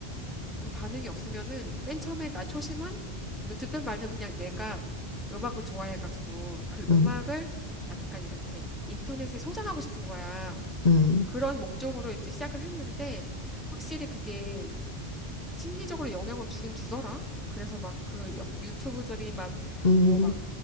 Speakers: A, in the centre; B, on the left (about 45°).
A: 어, 반응이 없으면은 맨 처음에 나 초심은 너 듣든 말든 그냥 내가 음악을 좋아해가지고 그 음악을
B: 응,
A: 약간 이렇게 인터넷에 소장하고 싶은 거야.
B: 응,
A: 그런 목적으로 이제 시작을 했는데 확실히 그게 심리적으로 영향을 주긴 주더라. 그래서 막 그 유튜브들이 막
B: 응.
A: 뭐 막